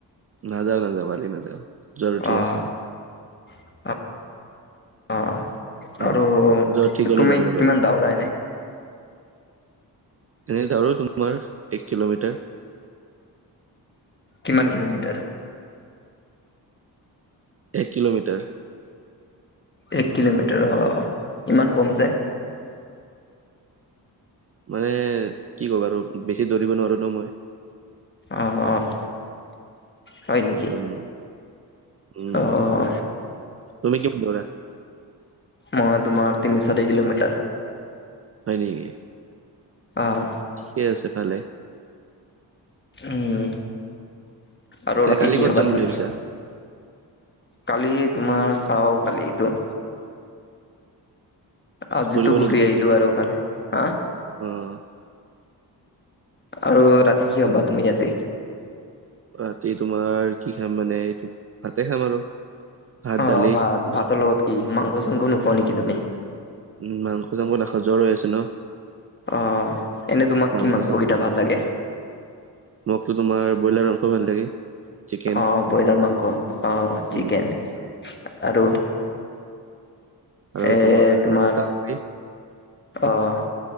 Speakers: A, on the right (about 35°); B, on the left (about 25°).
A: নাযাওঁ নাযাওঁ, কালি নাযাওঁ। জ্বৰ উঠি
B: অ',
A: আছে
B: <inaudible> অ'।
A: অ
B: আৰু
A: জয়ঠিকলৈ
B: তুমি
A: যাম ৰ'বা
B: কিমান দাউৰা এনে?
A: এনে দাউৰো তোমাৰ এক কিলোমিটাৰ।
B: কিমান কিলোমিটাৰ?
A: এক কিলোমিটাৰ।
B: এক কিলোমিটাৰ অ', ইমান কম যে?
A: মানে কি ক'বা আৰু। বেছি দৌৰিব নোৱাৰো ন মই।
B: অ', অ'। হয় নেকি?
A: উম উম
B: অ'।
A: তুমি কিমান দৌৰা?
B: মই তোমাৰ তিনি-চাৰি কিলোমিটাৰ।
A: হয় নেকি?
B: অহ।
A: ঠিকে আছে, ভালে।
B: উম। আৰু
A: এনে
B: ৰাতি
A: কালি
B: কি
A: ক'ত
B: খাবা
A: যাম বুলি
B: তুমি?
A: ভাবিছা
B: কালি তোমাৰ চাওঁ কালিটো। আজিতো
A: ফুৰিব
B: ঘূৰি আহিলো আৰু। কালি হা
A: উম।
B: আৰু ৰাতি কি খাবা তুমি আজি?
A: ৰাতি তোমাৰ কি খাম মানে এইটো ভাতে খাম আৰু। ভাত
B: অ',
A: দালি
B: ভাত। ভাতৰ লগত কি মাংস-চাংস নোখোৱা নেকি তুমি?
A: উম, মাংস-চাংস নাখাওঁ জ্বৰ হৈ আছে ন।
B: অহ, এনেই তোমাকটো
A: মাংস
B: মাংসকেইটা ভাল লাগে।
A: মোকটো তোমাৰ ব্ৰইলাৰ মংস ভাল লাগে। চিকেন
B: অঁ, ব্ৰইলাৰ মাংস অঁ, চিকেন
A: উম
B: আৰু।
A: আৰু
B: এই তোমাৰ,
A: চাপৰি
B: অঁ